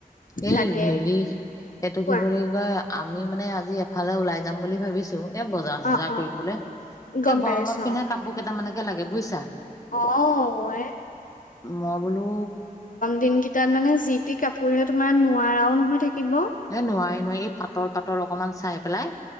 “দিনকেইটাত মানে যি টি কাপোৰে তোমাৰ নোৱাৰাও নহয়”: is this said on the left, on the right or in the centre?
Left